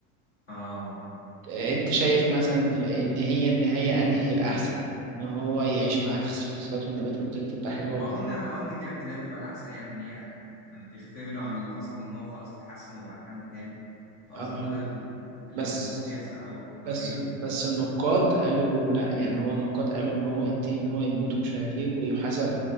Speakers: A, on the left (about 25°); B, on the right (about 45°).
A: اه
B: آه، انت شايف مثلا دل- ان هي النهايه انهي الاحسن ان هو يعيش معاه في في ثبات ونبات والدنيا تبقى حلوه
A: هو اظن يعني اه ان كانت اللي هي بتبقى الاحسن يعني ان هي يعني تغفر له عن اللي حصل وان هو خلاص اتحسن وبقى حد تاني فاظن
B: الله
A: ده ال- اللي
B: بس
A: كان المفروض يحصل او الطبيعي
B: بس
A: يعني
B: بس النقاد قالوا لا يعني هو النقاد قالوا ان هو انتهى ان هو يموت ومش عارف ايه ويحاسب